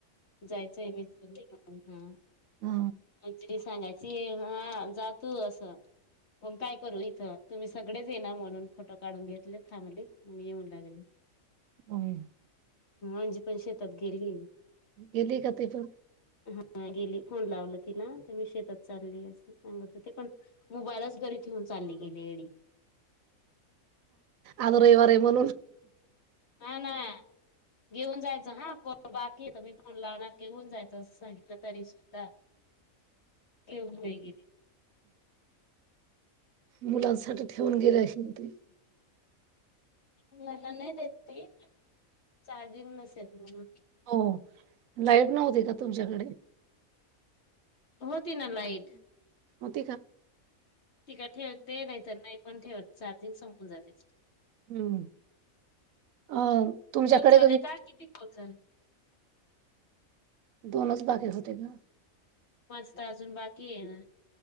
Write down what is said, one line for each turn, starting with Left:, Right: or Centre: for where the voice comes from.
Left: जायचंय मी हा
Right: हा
Left: मजरी सांगायची हा त्यातू अससं मग काय करू इथं तुम्ही सगळेच ये ना म्हणून फोटो काढून घेतले थांबली मग येऊ लागले
Right: हम्
Left: आजी पण शेतात गेली
Right: गेली काती पण
Left: हा गेली फोन लावला तिला तर मी शेतात चालली अस सांगत होते पण मोबाईलच घरी ठेऊन चालली डी
Right: आज रविवार आहे म्हणून
Left: हा ना घेऊन जायचं हा को बाकी येत मी फोन लावणार घेऊन जायचं असं सांगितलं तरी सुद्धा येवग हेग
Right: मुलांसाठी ठेवून गेले असे ते <inaudible>
Left: नाही नाहीतेत त चार्जिंग नसेल म्हून
Right: हो लाईट नव्हती का तुमच्याकडे
Left: होती ना लाईट
Right: होती का
Left: त का ठेव ते नाहीतर नाही पण ठेवत चार्जिंग संपून जाते
Right: हम्म अ तुमच्याकडे
Left: कॉल झाले का किती कॉल झाले?
Right: दोनच बाकीे होते का
Left: माज तर अजून बाकी ये ना